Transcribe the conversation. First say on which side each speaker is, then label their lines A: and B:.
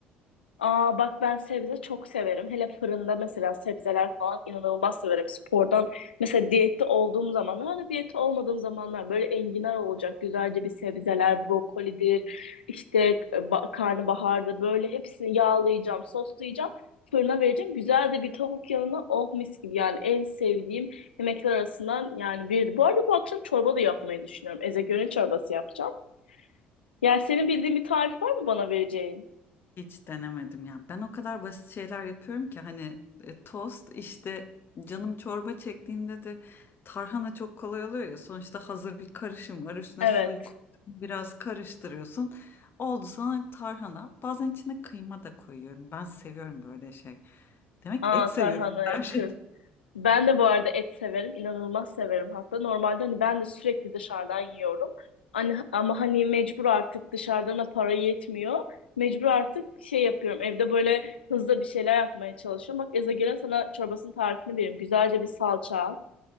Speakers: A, on the left; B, on the left.
A: Aa bak ben sebze çok severim. Hele fırında mesela sebzeler falan inanılmaz severim. Spordan mesela diyette olduğum zamanlar da diyette olmadığım zamanlar böyle enginar olacak. Güzelce bir sebzeler, brokolidir, işte e, ba- karnabahardır. Böyle hepsini yağlayacağım, soslayacağım. Fırına vereceğim. Güzel de bir tavuk yanına oh mis gibi yani en sevdiğim yemekler arasından yani birdi. Bu arada bu akşam çorba da yapmayı düşünüyorum. Ezogelin çorbası yapacağım. Yani senin bildiğin bir tarif var mı bana vereceğin?
B: Hiç denemedim ya. Ben o kadar basit şeyler yapıyorum ki hani e, tost işte canım çorba çektiğinde de tarhana çok kolay oluyor ya. Sonuçta hazır bir karışım var. Üstüne
A: Evet.
B: suyu koyuyorsun, biraz karıştırıyorsun. Oldu sana tarhana. Bazen içine kıyma da koyuyorum. Ben seviyorum böyle şey. Demek
A: Aa
B: et seviyorum
A: tarhana
B: <laughs> her
A: yakı.
B: şey.
A: Ben de bu arada et severim. inanılmaz severim hatta. Normalde hani ben de sürekli dışarıdan yiyorum. Hani, ama hani mecbur artık dışarıdan para yetmiyor. Mecbur artık şey yapıyorum. Evde böyle hızlı bir şeyler yapmaya çalışıyorum. Bak Eza gelen sana çorbasının tarifini vereyim. Güzelce bir salça al.